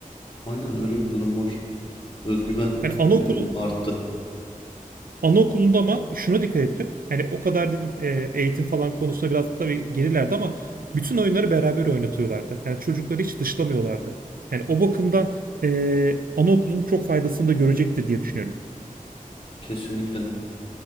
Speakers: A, on the left; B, on the right.
A: Aynen öyle bir durum var. Özgüven
B: Yani anaokulu
A: e, arttı.
B: Anaokulunda ama şuna dikkat ettim. Yani o kadar dedim e, eğitim falan konusunda biraz tabii gerilerdi ama bütün oyunları beraber oynatıyorlardı. Yani çocukları hiç dışlamıyorlardı. Yani o bakımdan e, anaokulunun çok faydasını da görecektir diye düşünüyorum.
A: Kesinlikle.